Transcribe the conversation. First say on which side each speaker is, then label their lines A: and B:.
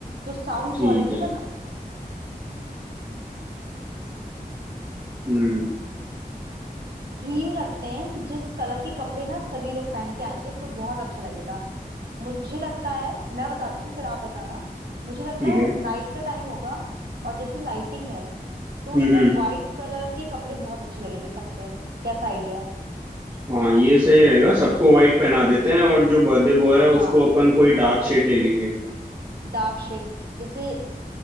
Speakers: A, on the right (about 85°); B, on the right (about 30°).
A: तो साउंड
B: ठीक
A: क्वालिटी
B: है हम्म
A: थीम रखते हैं जिस कलर के कपड़े ना सभी लोग पहन के आएंगे तो बहुत अच्छा लगेगा मुझे लगता है मैं बताती हूँ फिर आप बताना मुझे लगता
B: ठीक है
A: है नाइट का टाइम होगा और जैसे लाइटिंग है तो
B: हम्म
A: उसमें
B: हम्म
A: वाइट कलर के कपड़े बहुत अच्छे लगेंगे सब पे कैसा आइडिया है
B: हाँ ये सही रहेगा सबको वाइट पहना देते हैं और जो बर्थडे बॉय है उसको
A: हाँ
B: अपन कोई डार्क शेड ले लेंगे
A: डार्क शेड जैसे